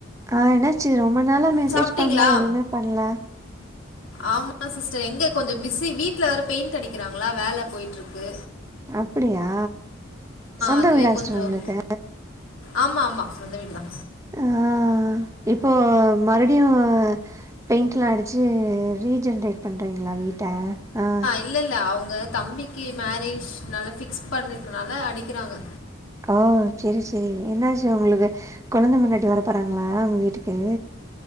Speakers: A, on the right (about 15°); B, on the left (about 80°).
A: ஆ என்னாச்சு ரொம்ப நாளா மெசேஜ்
B: சாப்பிட்டீங்களா?
A: பண்ல எதுமே பண்ல
B: ஆமா சிஸ்டர் எங்க கொஞ்ச பிஸி வீட்ல வேற பெயிண்ட் அடிக்கறாங்களா வேல போய்ட்டுருக்கு
A: அப்டியா சொந்த
B: அதுவே
A: வீடா சிஸ்டர்
B: கொஞ்சம்
A: உங்களுக்கு
B: ஆமா ஆமா சொந்த வீடு தா
A: அஹ் இப்போ மறுடியு பெயிண்ட்ல்லா அடிச்சு ரீஜென்ரேட் பண்றீங்களா வீட்ட ஆ
B: இல்லல்ல அவுங்க தம்பிக்கு மேரேஜ்னால ஃபிக்ஸ் பண்ணிருக்குனால அடிக்கிறாங்க
A: ஓ செரி செரி என்னாச்சு உங்களுக்கு கொழுந்த பொண்டாட்டி வர போறாங்களா உங்க வீட்டுக்கு